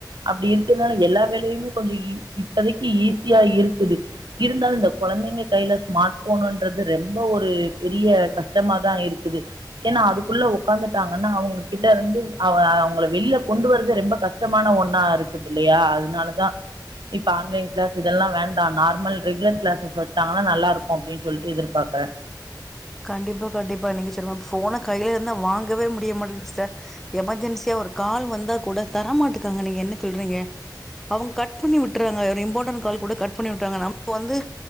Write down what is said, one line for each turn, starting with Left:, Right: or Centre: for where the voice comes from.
Right: அப்படி இருக்கரனால எல்லா வேலையுமே கொஞ்சோ இப்பதைக்கு ஈஸியா இருக்குது இருந்தாலு இந்த கோழந்தைங்க கையில ஸ்மார்ட் போனுன்றது ரொம்ப ஒரு பெரிய கஷ்டமா தா இருக்குது ஏனா அதுக்குள்ள உட்காந்துட்டாங்கன்னா அவங்க கிட்ட இருந்து அவ அவங்கள வெளியில கொண்டு வரது ரொம்ப கஷ்டமான ஒன்னா இருக்குது இல்லையா அதனால தா இப்போ ஆன்லைன் கிளாஸ் இதெல்லா வேண்டா நார்மல் ரெகுலர் கிளாஸஸ் வச்சாங்கன்னா நல்லா இருக்கூ அப்டின் சொல்ட்டு எதிர்பாக்கற
Centre: கண்டிப்பா கண்டிப்பா நீங்க சொல்மா ஃபோன கையில இருந்தா வாங்கவே முடிய மாட்டேகுது ஸ்டர் எமெர்ஜென்சியா ஒரு கால் வந்தா கூட தரமாட்டேக்காங்க நீங்க என்ன சொல்றீங்க அவங்க கட் பண்ணி விட்டுறாங்க ஒரு இம்பார்ட்டன்ட் கால் கூட கட் பண்ணி விட்டுறாங்க நம வந்து